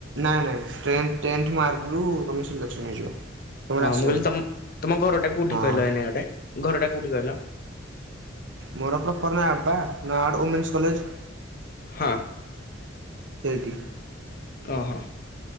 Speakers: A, on the right; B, on the left.
A: ନାଁ ନାଇଁ ଟେନ ଟେନ୍ଥ ମାର୍କରୁୁ ତମେ ସିଲେକ୍ସନ୍ ହେଇଯିବ। ତୁମର
B: ହଁ
A: ଆସିବ
B: ମୁଁ କହିଲି
A: ଭାରି
B: ତମ ତମ ଘରଟା କୋଉଠି
A: ହଁ
B: କହିଲ ଏନେ ଗୋଟେ ଘରଟା କୋଉଠି କହିଲ?
A: ମୋର ପ୍ରଫର ନାୟଡ଼ ପା ନାୟଡ଼ ଉମେନ୍ସ କଲେଜ।
B: ହଁ।
A: ସେଇଠି
B: ଓହୋ